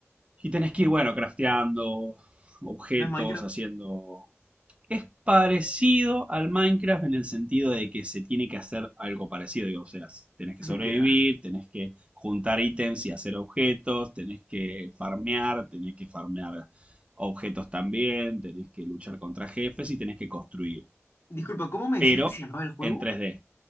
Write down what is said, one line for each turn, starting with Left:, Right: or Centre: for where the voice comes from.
Right: Y tenés que ir, bueno, crafteando objetos,
Left: ¿No es Minecraft?
Right: haciendo... Es parecido al Minecraft en el sentido de que se tiene que hacer algo parecido. digo, o sea, tenés que
Left: <laughs>
Right: sobrevivir,
Left: Ya.
Right: tenés que juntar ítems y hacer objetos, tenés que farmear, tenés que farmear objetos también, tenés que luchar contra jefes y tenés que construir.
Left: Disculpa, ¿cómo me decías
Right: Pero
Left: que se llamaba el juego?
Right: en 3D,